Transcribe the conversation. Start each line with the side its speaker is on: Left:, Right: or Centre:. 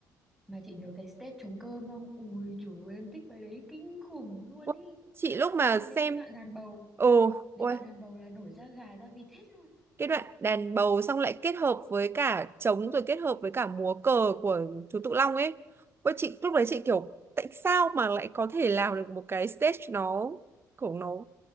Centre: mà chị nhớ cái stage trống cơm không ui trời ơi em thích bài đấy kinh khủng luôn
Right: Ôi,
Centre: ý
Right: chị lúc mà
Centre: em muốn đến
Right: xem
Centre: cái đoạn đàn bầu
Right: ồ
Centre: đến
Right: ôi
Centre: đoạn đàn bầu là nổi da gà da vịt hết luôn
Right: cái đoạn đàn bầu xong lại kết hợp với cả trống rồi kết hợp với cả múa cờ của chú Tự Long ấy ôi chị lúc đấy chị kiểu tại sao mà lại có thể làm được một cái stage nó kiểu nó